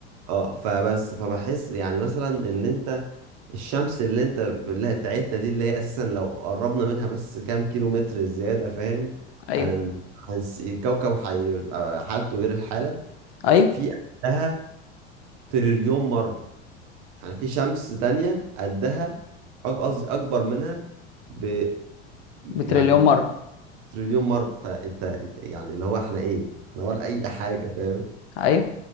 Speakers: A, on the right (about 55°); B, on the left (about 65°).
A: اه فبس فبحس يعني مثلا ان انت الشمس اللي انت اللي هي بتاعتنا دي اللي هي اساسا لو قربنا منها بس كام كيلو متر زيادة فاهم
B: ايوه
A: هن... هنس... الكوكب هيبقى حالته غير الحالة
B: ايوه
A: في قدها تريليون مرة يعني في شمس تانية قدها أك- قصدي اكبر منها ب يعني
B: بتريليون مره
A: تريليون مرة فانت انت يعني اللي هو احنا ايه احنا ولا اي حاجة فاهم
B: ايوه